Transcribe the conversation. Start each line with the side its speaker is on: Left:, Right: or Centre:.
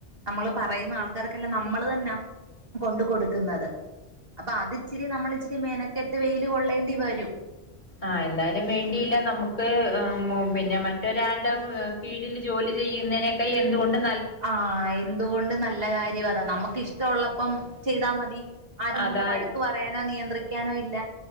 Right: നമ്മള് പറയുന്ന ആൾക്കാർക്കെല്ലാം നമ്മള് തന്നാ കൊണ്ട് കൊടുക്കുന്നത്. അപ്പൊ അത്ച്ചിരി നമ്മൾ ഇച്ചിരി മെനക്കെട്ട് വെയില് കൊള്ളേണ്ടി വരും.
Left: ആഹ്‌ എന്തായാലും വേണ്ടിയില്ല നമ്മുക്ക് ഏഹ് മൊ പിന്നെ മറ്റൊരാളുടെ ഏഹ് കീഴിൽ ജോലി ചെയ്യുന്നതിനേകായി എന്തുകൊണ്ടും
Right: ആഹ്‌ എന്തുകൊണ്ടും നല്ല കാര്യ അതാ. നമ്മുക്ക് ഇഷ്ടം ഉള്ളപ്പം ചെയ്താ മതി. ആരും
Left: അതാ
Right: നമ്മളെ വഴക്ക് പറയാനോ നിയന്ത്രിക്കാനോ ഇല്ല.